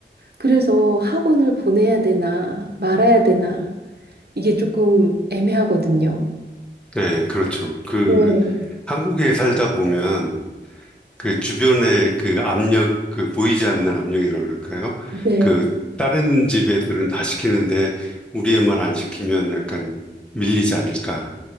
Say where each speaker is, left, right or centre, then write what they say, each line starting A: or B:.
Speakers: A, on the right; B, in the centre.
A: 그래서 학원을 보내야 되나 말아야 되나 이게 조금 애매하거든요.
B: 네, 그렇죠. 그
A: 네,
B: 한국에 살다 보면 그 주변의 그 압력, 그 보이지 않는 압력이라 그럴까요?
A: 네,
B: 그 다른 집 애들은 다 시키는데 우리 애만 안 시키면 약간 밀리지 않을까